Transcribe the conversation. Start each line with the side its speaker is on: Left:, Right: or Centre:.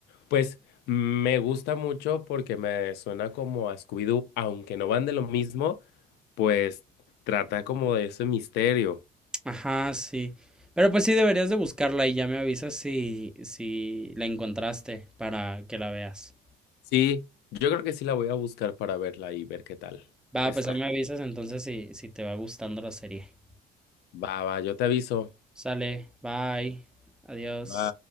Left: pues me gusta mucho porque me suena como a Scooby-Doo, aunque no van de lo mismo, pues trata como de ese misterio.
Centre: Ajá, sí. Pero pues sí, deberías de buscarla y ya me avisas si, si la encontraste para que la veas.
Left: Sí, yo creo que sí la voy a buscar para verla y ver qué tal
Centre: Va,
Left: está.
Centre: pues ahí me avisas entonces si, si te va gustando la serie.
Left: Va, va, yo te aviso.
Centre: Sale, bye, adiós.
Left: Va.